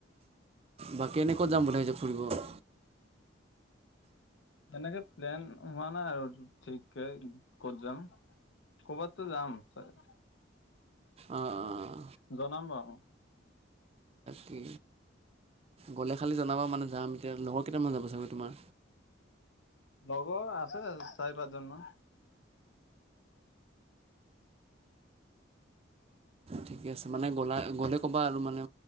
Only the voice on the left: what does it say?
এনেকে প্লেন হোৱা নাই আৰু ঠিককে ক'ত যাম কৰবাততো যাম চাগে।
জনাম বাও।
লগৰ আছে চাৰি পাঁচ জন মান।